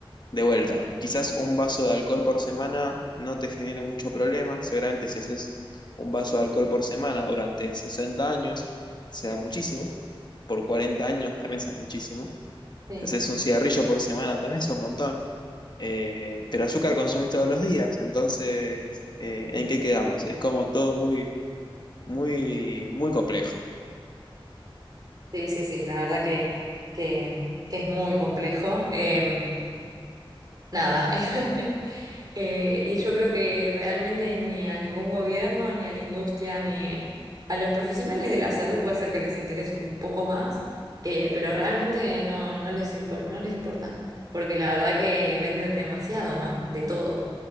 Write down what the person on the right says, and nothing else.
Sí,
sí, sí, sí, la verdad que, que, que es muy complejo. Eh, Nada. <laughs> Eh, y yo creo que realmente ni a ningún gobierno, ni a la industria, ni a los profesionales de la salud puede ser que les interese un poco más, eh, pero realmente no, no les impor- no les importa, porque la verdad que venden demasiado, ¿no? De todo.